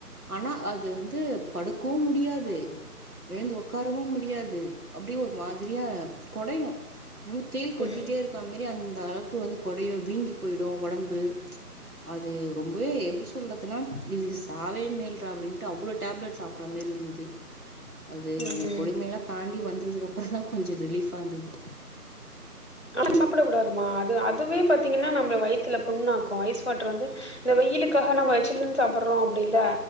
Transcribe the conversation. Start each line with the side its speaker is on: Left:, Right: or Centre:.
Right: ஆனா அது வந்து படுக்கவும் முடியாது எழுந்து உகாரவும் முடியாது அப்படியே ஒரு மாதிரியா குடையும் ரொம்ப தேல் கொட்டிட்டே
Left: ம்
Right: இருக்கா மாதாரி அந்த அந்த அளவுக்கு வந்து கொடையோ வீங்கி போயிடும் உடம்பு அது ரொம்பவே எப்படி சொல்றதுன்னா இதுக்கு சாவே மேல்றா அப்படின்ட்டு அவ்வளோ டேப்லெட் சாப்பற மாரி இருந்தது அது
Left: ம்
Right: அந்த கொடும எல்லாம் தாண்டி வந்து இருந்ததுக்கு அப்புறம் தான் கொஞ்சம் ரிலீஃபா இருந்தது
Left: ஆனா சாப்பிட கூடாதுமா அது அதுவே பாத்தீங்கன்னா நம்மள வயித்துல புண்ணாக்கு ஐஸ் வாட்ருவந்து இந்த வெயிலுக்காக நம்ம சில்லுன் சாப்படுறோ அப்படி இல்ல